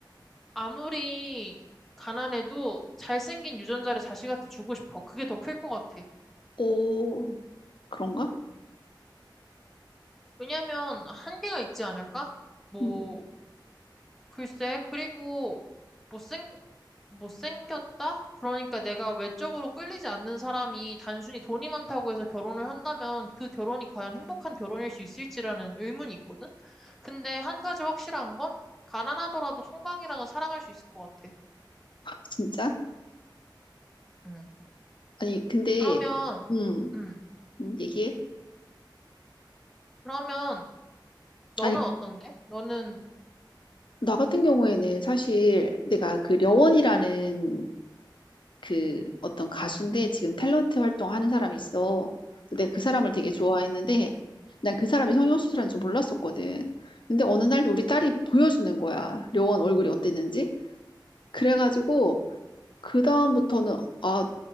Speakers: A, in the centre; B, on the left.
A: 아무리 가난해도 잘생긴 유전자를 자식한테 주고 싶어. 그게 더 클 것 같아.
B: 오, 그런가?
A: 왜냐면 한계가 있지 않을까? 뭐,
B: 음,
A: 글쎄. 그리고 못생, 못생겼다? 그러니까 내가 외적으로 끌리지 않는 사람이 단순히 돈이 많다고 해서 결혼을 한다면 그 결혼이 과연 행복한 결혼일 수 있을지라는 의문이 있거든? 근데 한 가지 확실한 건 가난하더라도 송강이랑은 사랑할 수 있을 것 같아.
B: <laughs> 진짜?
A: 응.
B: 아니, 근데
A: 그러면,
B: 음,
A: 음.
B: 음, 얘기해.
A: 그러면 너는
B: 아니,
A: 어떤데? 너는,
B: 나 같은 경우에는 사실 내가 그 려원이라는 그 어떤 가수인데 지금 탤런트 활동하는 사람이 있어. 근데 내가 그 사람을 되게
A: 응.
B: 좋아했는데 난 그 사람이 성형수술한 줄 몰랐었거든. 근데 어느 날 우리 딸이 보여주는 거야. 려원 얼굴이 어땠는지. 그래가지고 그 다음부터는 아